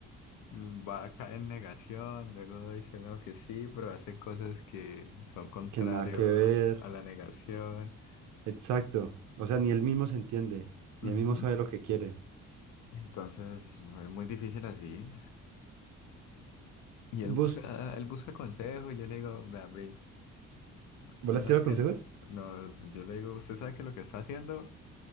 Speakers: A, on the left; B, on the right.
A: va a caer en negación, luego dice no que sí, pero hace cosas que son contrario
B: Que nada que ver
A: a la negación.
B: Exacto. O sea, ni él mismo se entiende, ni
A: Ujú.
B: él mismo sabe lo que quiere.
A: Entonces es muy, muy difícil así. Y él busca,
B: ¿Vos,
A: él busca consejo y yo le digo, vea, Brin, usted
B: vos le has
A: sabe
B: tirado
A: que
B: consejos?
A: el- no, yo le digo, usted sabe que lo que está haciendo